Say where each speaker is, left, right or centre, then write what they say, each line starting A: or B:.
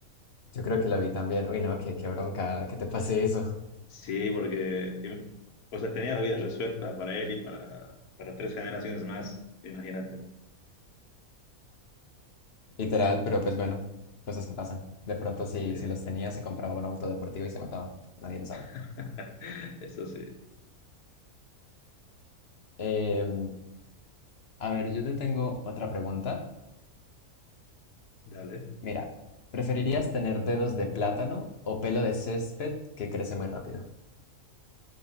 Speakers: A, on the left; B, on the left.
A: Yo creo que lo vi también. Uy, no, qué, qué bronca que te pase eso.
B: Sí, porque, eh, o sea, tenía la vida resuelta para él y para, para tres generaciones más, imagínate.
A: Literal, pero pues bueno, cosas que pasan. De pronto,
B: Sí,
A: si, si los tenía, se compraba un auto deportivo y se mataba. Nadie lo sabe.
B: <laughs> eso sí,
A: Em, a ver, yo te tengo otra pregunta.
B: dale.
A: Mira, ¿preferirías tener dedos de plátano o pelo de césped que crece muy rápido?